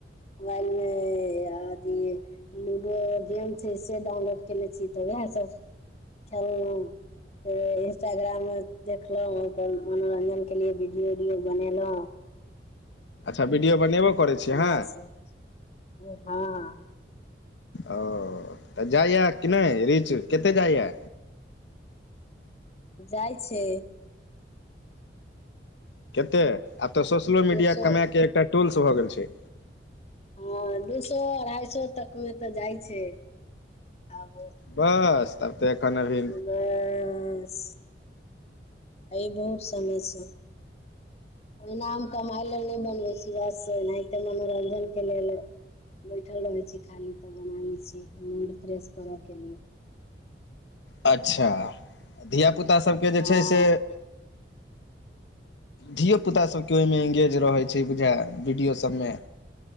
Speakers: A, on the left; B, on the left.
A: <unintelligible> मे अथी। लूडो अ गेम छै से डाउनलोड केने छी तऽ उएह सब खेललहुँ। इंस्टाग्राम मे देखलौ पर मनोरंजन के लिए वीडियो उडियो बनेलौ
B: अच्छा विडियो बनेबो करै छी
A: इएह
B: अहाँ
A: सब हँ।
B: ओ तऽ जाइया कि नै रीच कते जाइया।
A: जाइ छै।
B: केते आब त सोशलो मीडिया
A: दू सौ
B: कमाय के एकटा टूल्स भऽ गेल छै।
A: हँ दू सो अढ़ाई सो तक मे त जाइ छै आब।
B: बस तब त एखन अभी।
A: बस अए बहुत समय स ओइ नाम कमाइ ले नै बनबै छी बस एनाहिते मनोरंजन के लेल। बैठल रहै छी खाली त बना लै छिये मूड फ्रेश करे के लिए।
B: अच्छा धियापुता
A: हँ
B: सभके जे
A: हँ
B: छै से। धियो पुता सभके ओहिमे इंगेज रहै छै बुझाय वीडियोसभमे।